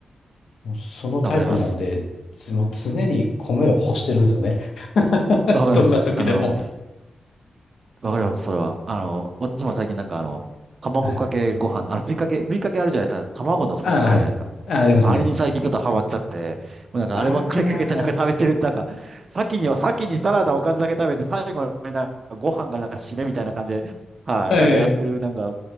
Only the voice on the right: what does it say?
わかります。
わかります。
あの、わかります、それは。あの、私も最近なんかあの、卵かけご飯、
あの、ふりかけ、ふりかけあるじゃないですか。卵のふりかけあるじゃないですか。
あれに最近ちょっとハマっちゃって、もうなんかあればっかりかけてなんか食べてる、
なんか、先に、先にサラダおかずだけ食べて、最後になんかご飯がなんか締めみたいな感じで、はい、
なんかやってる、なんか、